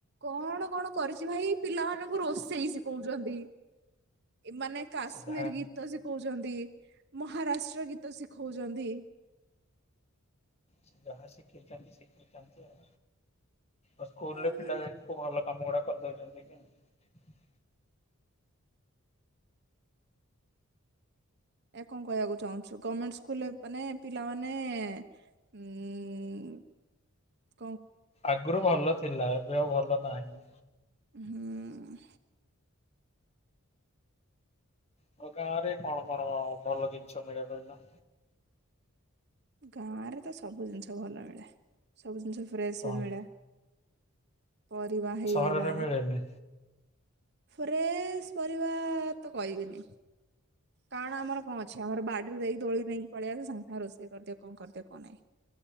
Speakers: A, on the right; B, on the left.
A: କଣ କଣ କରିଛି ଭାଇ ପିଲାମାନଙ୍କୁ ରୋଷେଇ ଶିଖଉଛନ୍ତି। ଏମାନେ କାଶ୍ମୀର
B: ସେ ଯାହା
A: ଗୀତ ଶିଖଉ ଛନ୍ତି ମହାରାଷ୍ଟ୍ର ଗୀତ ଶିଖଉଛନ୍ତି।
B: ସେ ଯାହା ଶିଖିଛନ୍ତି ଶିଖଉଛନ୍ତି ଆଉ ଆଉ ସ୍କୁଲରେ
A: ଆରେ
B: ପିଲା ଯାଇ କୋଉ ଭଲ କାମ ଗୁଡା କରିଦେଉଛନ୍ତି କି।
A: ଏହା କଣ କହିବାକୁ ଚାହୁଁଛୁ ଗର୍ମେଣ୍ଟ ସ୍କୁଲରେ ମାନେ ପିଲାମାନେ ଉଁ <inaudible>
B: ଆଗରୁ ଭଲ ଥିଲା ଏବେ ଆଉ ଭଲ ନାହିଁ।
A: ହୁଁ
B: ଆଉ ଗାଁରେ କଣ କଣ ଭଲ ଜିନିଷ ମିଳେ କହିଲ?
A: ଗାଁରେ ତ ସବୁ ଜିନିଷ ଭଲ ମିଳେ ସବୁ ଜିନିଷ ଫ୍ରେସ
B: କଣ
A: ବି ମିଳେ। ପରିବା ହେଇଗଲା
B: ସହରରେ ମିଳେନି।
A: ଫ୍ରେଶ ପରିବା ତ କହିବିନି। କାରଣ ଆମର କଣ ଅଛି ଆମର ବାଡିରୁ ଯାଇକି ତୋଳିିକି ନେଇକି ପଳେଇଆସ ସାଙ୍ଗେ ସାଙ୍ଗେ ରୋଷେଇ କରିଦିଅ କଣ କରିଦିଅ କଣ ନାହିଁ।